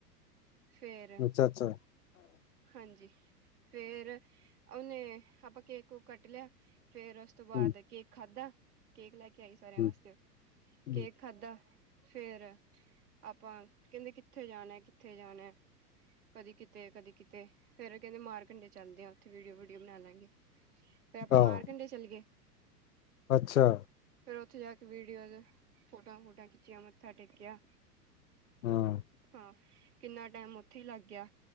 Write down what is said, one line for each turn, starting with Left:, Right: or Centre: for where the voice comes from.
Right: ਫੇਰ
Left: ਅੱਛਾ ਅੱਛਾ
Right: ਹਾਂਜੀ ਫੇਰ ਉਹਨੇ ਆਪਾਂ ਕੇਕ ਕੁਕ ਕੱਟ ਲਿਆ ਫੇਰ ਉਸ ਉਸ ਤੋਂ ਬਾਅਦ
Left: ਹੂੰ
Right: ਕੇਕ ਖਾਧਾ ਕੇਕ ਲੈ ਕੇ ਆਈ ਸਾਰਿਆਂ
Left: ਹੂੰ
Right: ਵਾਸਤੇ
Left: ਹੂੰ
Right: ਕੇਕ ਖਾਧਾ ਫੇਰ ਆਪਾਂ ਕਹਿੰਦੇ ਕਿੱਥੇ ਜਾਣਾ ਕਿੱਥੇ ਜਾਣਾ ਕਦੀ ਕਿਤੇ ਕਦੀ ਕਿਤੇ ਫੇਰ ਕਹਿੰਦੇ ਮਾਰ ਕੰਡੇ ਚੱਲਦੇ ਆ ਉੱਥੇ ਵੀਡੀਓ ਵੀਡੀਓ ਬਣਾ ਲਾਂਗੇ ਫੇਰ ਆਪਾਂ
Left: ਆਹੋ
Right: ਮਾਰ ਕੰਡੇ ਚੱਲ ਗਏ
Left: ਅੱਛਾ
Right: ਫੇਿਰ ਉੱਥੇ ਜਾ ਕੇ ਵੀਡੀਓ ਫ਼ੋਟੋਆਂ ਫੁਟੁਆ ਖਿੱਚੀਆਂ ਮੱਥਾ ਟੇਕਿਆ
Left: ਹਾਂ
Right: ਹਾਂ ਕਿੰਨਾ ਟਾਈਮ ਉੱਥੇ ਹੀ ਲੱਗ ਗਿਆ